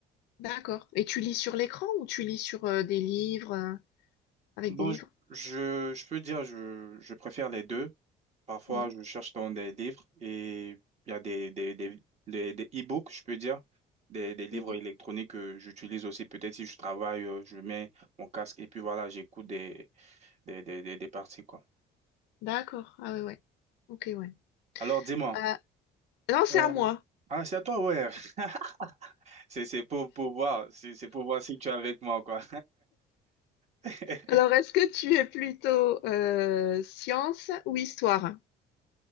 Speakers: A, on the left; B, on the right.
A: D'accord. Et tu lis sur l'écran ou tu lis sur euh, des livres euh, avec
B: Bon,
A: des livres?
B: je, je, je peux dire je, je préfère les deux. Parfois,
A: Mm.
B: je cherche dans des livres et il y a des, des, des, des, des e-books, je peux dire, des, des livres
A: Mhm.
B: électroniques que j'utilise aussi. Peut-être si je travaille, euh, je mets mon casque et puis voilà, j'écoute des, des, des, des, des parties, quoi.
A: D'accord. Ah ouais, ouais. Ok, ouais.
B: Alors, dis-moi.
A: Euh, non, c'est
B: Euh,
A: à moi.
B: Ah, c'est à toi, ouais. <laughs> C'est, c'est pour, pour voir. C'est c'est pour voir si tu es avec moi, quoi. <laughs>
A: Alors, est-ce que tu es plutôt euh, science ou histoire?